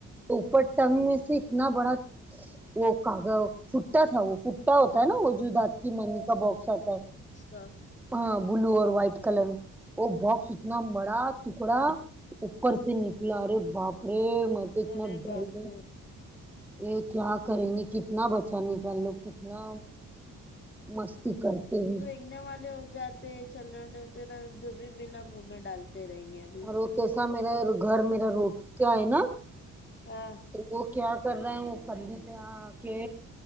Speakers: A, in the centre; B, on the left.
A: پوپٹ ٹنگ میں سے اتنا بڑا وہ کاغ فٹا تھا وہ فٹا ہوتا ہے نا وہ جدات کی ممی کا باکس آتا ہے
B: کا
A: ہاں بلو اور وائٹ کلر میں وہ باکس اتنا بڑا ٹکڑا اوپر سے نکلا رے باپرے م اتنا
B: ارے
A: ڈر
B: باپ
A: گیا
B: رے
A: یہ کیا کریں گے کتنا بچا نکل کتنا مستی کرتے ہے
B: سنے والے ہو جاتے چلنے والے ہوتے ہیں نا جو بھی ملا منہ میں ڈالتے رہیں گے ابھی
A: اور وہ کیسا میرا گھر میرا روٹ کیا ہے نا
B: ہاں
A: وہ کیا کر رہے ہیں وہ فھلی پے اکے